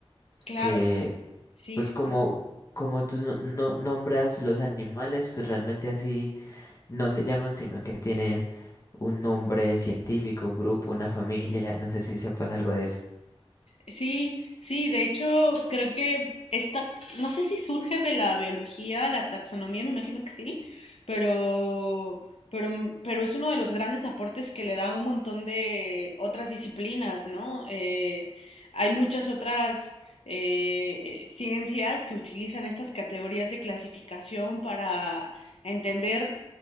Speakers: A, on the left; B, on the left.
A: claro,
B: que
A: sí,
B: Pues
A: sí,
B: como, como tú no, no- nombras los animales, pues realmente así no se llaman, sino que tienen un nombre científico, un grupo, una familia. No sé si se pasa algo de eso.
A: Sí, sí, de hecho, creo que esta, no sé si surge de la biología, la taxonomía, me imagino que sí, pero, pero, m- pero es uno de los grandes aportes que le da a un montón de otras disciplinas, ¿no? Eh, hay muchas otras eh, eh, ciencias que utilizan estas categorías de clasificación para entender